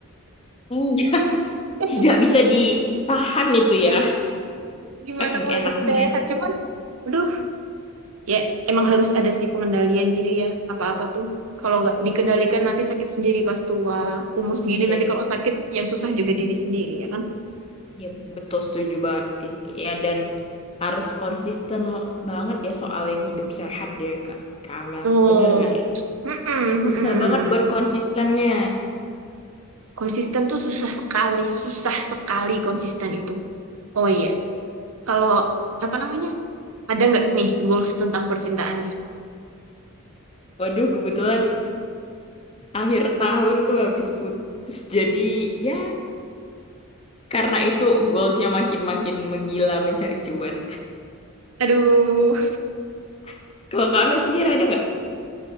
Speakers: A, on the left; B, on the right.
A: Iya.
B: <laughs>
A: tidak bisa ditahan itu ya
B: Gimana
A: saking
B: mau
A: enaknya
B: hidup sehat? Cuman, aduh, ya emang harus ada sih pengendalian diri ya. Apa-apa tuh. Kalau nggak dikendalikan nanti sakit sendiri pas tua. Umur segini
A: Iya,
B: nanti kalau sakit yang susah juga diri sendiri ya kan?
A: ya betul setuju banget sih. ya dan harus konsisten banget ya soal yang hidup sehat deh Kak Kak Amel
B: Tuh.
A: bener nggak
B: Mm-mm,
A: Susah
B: mm-mm.
A: banget buat konsistennya.
B: Konsisten tuh susah sekali, susah sekali konsisten itu. Oh iya, kalau apa namanya? Ada nggak sih nih goals tentang percintaan nih?
A: Waduh, kebetulan akhir tahun tuh habis putus. Jadi ya karena itu goalsnya makin-makin menggila mencari cuan.
B: Aduh,
A: <laughs> Kalau Kak Amel sendiri ada nggak?